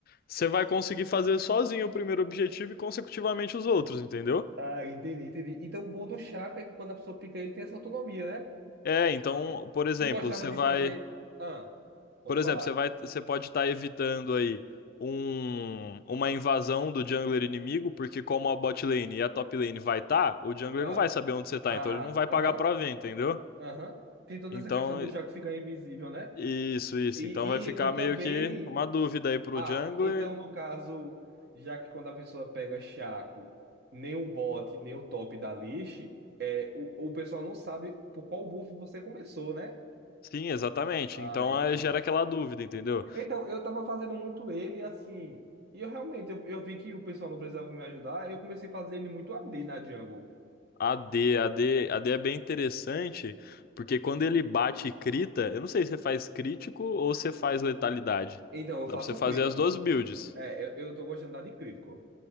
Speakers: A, on the left (about 50°); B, on the right (about 55°).
A: você vai conseguir fazer sozinho o primeiro objetivo e consecutivamente os outros, entendeu?
B: Ah, entendi, entendi. Então, o bom do chaco é que quando a pessoa pica ele, tem essa autonomia,
A: É, então,
B: né? É.
A: por exemplo,
B: Tu gostava
A: você
B: de
A: vai,
B: fazer. Ah, pode
A: por exemplo,
B: falar.
A: você vai, você pode estar evitando aí um, uma invasão do jungler inimigo, porque como a bot lane e a top lane vai estar, o jungler
B: Ah,
A: não vai saber onde você tá,
B: ah,
A: então ele não vai
B: aham,
A: pagar pra ver, entendeu?
B: aham. Tem toda
A: Então,
B: essa questão do chaco ficar invisível, né?
A: isso, isso.
B: E,
A: Então vai ficar
B: e, e
A: meio
B: também.
A: que uma dúvida aí pro
B: Ah,
A: jungler.
B: então, no caso, já que quando a pessoa pega chaco, nem o bot, nem o top da lixe, é, o, o pessoal não sabe por qual buff você começou, né?
A: Sim, exatamente.
B: Ah,
A: Então
B: entendi.
A: eh, gera aquela dúvida, entendeu?
B: Então, eu tava fazendo muito ele assim. E eu realmente, eu, eu vi que o pessoal não precisava me ajudar. Eu comecei a fazer ele muito a d na Django.
A: AD, AD, AD é bem interessante, porque quando ele bate e crita, eu não sei se você faz crítico ou se faz letalidade.
B: Então, eu
A: Dá
B: faço
A: pra você fazer
B: crítico.
A: as duas builds.
B: É, eu, eu tô gostando de de crítico.